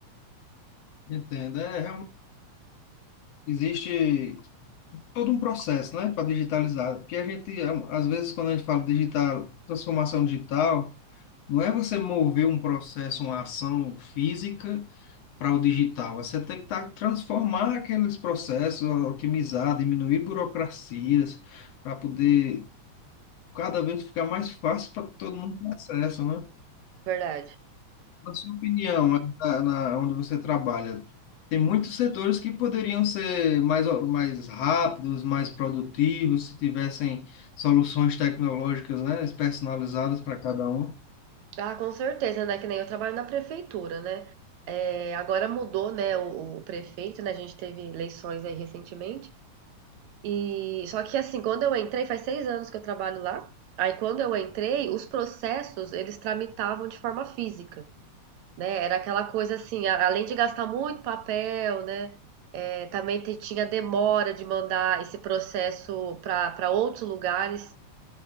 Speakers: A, on the left; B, on the right.
A: entende? É, realmente existe todo um processo, né, para digitalizar. Porque a gente, é, às vezes, quando a gente fala digital, transformação digital, não é você mover um processo, uma ação física para o digital. Você tem que tá, transformar aqueles processos, otimizar, diminuir burocracias, para poder cada vez ficar mais fácil para todo mundo ter acesso, né?
B: Verdade.
A: Na sua opinião, na, na- onde você trabalha, tem muitos setores que poderiam ser mais, o- mais rápidos, mais produtivos, se tivessem soluções tecnológicas, né, personalizadas para cada um.
B: Ah, com certeza, né? Que nem eu trabalho na prefeitura, né? É, agora mudou, né, o, o prefeito, né? A gente teve eleições aí recentemente. E só que assim, quando eu entrei, faz seis anos que eu trabalho lá. Aí quando eu entrei, os processos eles tramitavam de forma física, né? Era aquela coisa assim, a- além de gastar muito papel, né? é, também te- tinha demora de mandar esse processo para para outros lugares.